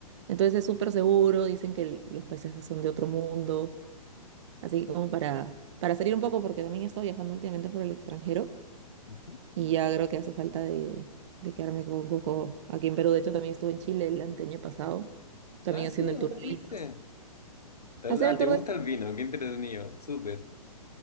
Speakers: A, on the right (about 50°); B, on the left (about 85°).
A: Entonces es súper seguro, dicen que el- los paisajes son de otro mundo, así que como para, para salir un poco, porque también he estado viajando últimamente por el extranjero
B: Ujú.
A: y ya creo que hace falta de, de quedarme con coco aquí en Perú. De hecho, también estuve en Chile el anteaño pasado, también
B: Ah, sí,
A: haciendo
B: ¿dónde
A: el tour de
B: fuiste?
A: vinos.
B: Tal-
A: Hacer
B: Ah,
A: el
B: ¿te
A: tour
B: gusta
A: de
B: el vino? Qué entretenido, súper.